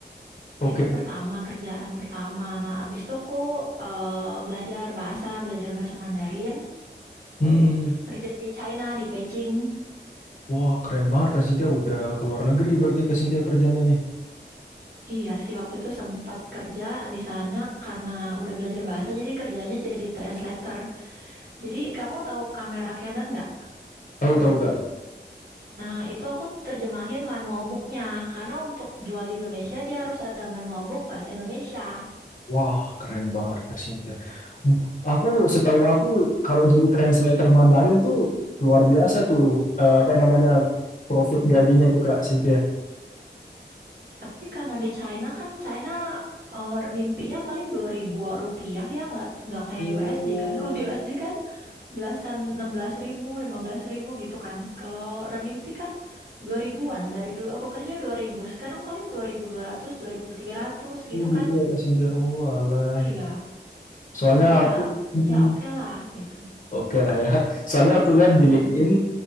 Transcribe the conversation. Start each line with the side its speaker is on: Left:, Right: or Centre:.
Left: Oke.
Right: Itu pertama, kerjaan pertama. Nah, abis itu aku eh, belajar bahasa, belajar bahasa Mandarin,
Left: Hmm.
Right: kerja di China, di Beijing.
Left: Wah, keren banget Kak Sintia udah keluar negeri berarti Kak Sintia kerjanya nih.
Right: Iya sih, waktu itu sempat kerja di sana karena udah belajar bahasa, jadi kerjanya jadi translator. Jadi kamu tahu kamera Canon nggak?
Left: Tahu-tahu Kak.
Right: Nah, itu aku terjemahin manual booknya, karena untuk jual di Indonesia dia harus ada manual book bahasa Indonesia.
Left: Wah, keren banget Kak Sintia. Hmm. Aku setahu aku kalau jadi translator Mandarin tuh luar biasa tuh eh, apa namanya profit gajinya itu Kak Sintia.
Right: Tapi karena di China kan China eh, remimpinya paling dua ribu rupiah ya nggak nggak kayak
Left: Oh,
Right: USD kan. <laughs> Kalau USD kan belasan enam belas ribu, lima belas ribu gitu kan. Kalau remimpi kan dua ribuan Dari dulu aku kerja 2000 sekarang paling dua ribu dua ratus, dua ribu ribu ratus tiga ratus gitu
Left: oh gitu
Right: kan.
Left: ya Kak Sintia. Oh, alah
Right: Iya.
Left: gitu. Soalnya
Right: Jadi nggak
Left: aku mm,
Right: ya
Left: mm.
Right: oke lah gitu.
Left: Oke lah ya. Soalnya aku lihat di
Right: Mm-mm.
Left: LinkedIn